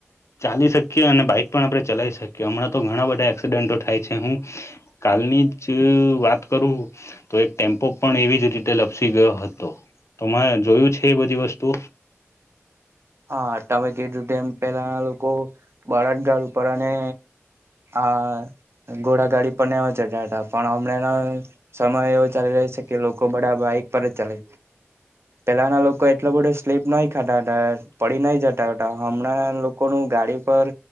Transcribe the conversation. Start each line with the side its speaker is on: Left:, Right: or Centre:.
Left: ચાલી શકીએ અને બાઈક પણ આપડણે ચલાવી શકીએ હમણાં તો ઘણા બધા એક્સિડન્ટો થાય છે હું કાલની જ વાત તો એક ટેમ્પો પણ એવી જ રીતે લપસી ગયો હતો તો મે જોયું છે બધી વસ્તુ
Right: હા તમે કીધું એ પેલા લોકો બળા જ ગળ ઉપર અને આ ઘોડા ગાડી પણવા ચઢ પણ હમણાં સમય એવો ચાલી રહ્યો છે કે લોકો બધા બાઈક પર જ ચાલે પેલાના લોકો એટલો બધો સ્લીપ નાહી ખાતા હતાર નઈ જતાટા હમણાં લોકો ન ગાડી પર